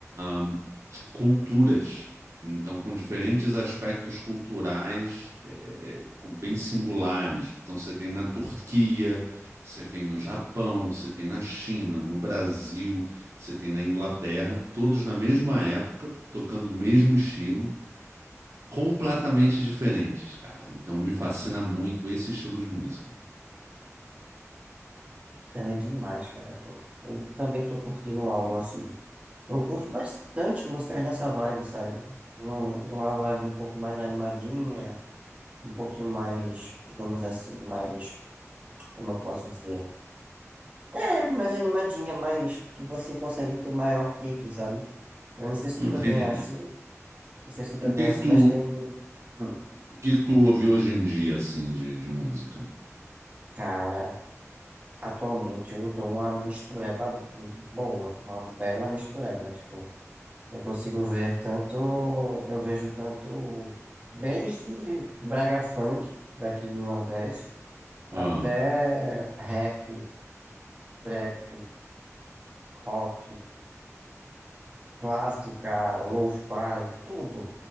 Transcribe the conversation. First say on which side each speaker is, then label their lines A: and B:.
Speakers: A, on the right (about 60°); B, on the right (about 25°).
A: a- culturas. Então, com diferentes aspectos culturais é, é, é, com- bem singulares. Então, você tem na Turquia, você tem no Japão, você tem na China, no Brasil, você tem na Inglaterra, todos na mesma época, tocando o mesmo estilo, completamente diferentes, cara. Então, me fascina muito esse estilo de música.
B: Cana demais, cara. Eu também tô curtindo algo assim. Eu curto bastante músicas dessa vibe, sabe? Um- De uma vibe um pouco mais animadinha, um pouquinho mais, digamos assim, mais, como eu posso dizer? É, mais animadinha, mais que você consegue ter maior pique, sabe? Eu não sei se
A: Entendi.
B: tu também é assim, não sei se tu também
A: O que
B: é assim,
A: que tu,
B: mas tem. Hum,
A: o que que tu ouve hoje em dia, assim, de, de música?
B: cara, atualmente eu dou uma mistureba boa, uma bela mistureba, tipo. Eu consigo ver tanto, eu vejo tanto desde brega funk daqui do Nordeste até
A: Ah,
B: rap, trap, rock, clássica, lo-fi, tudo.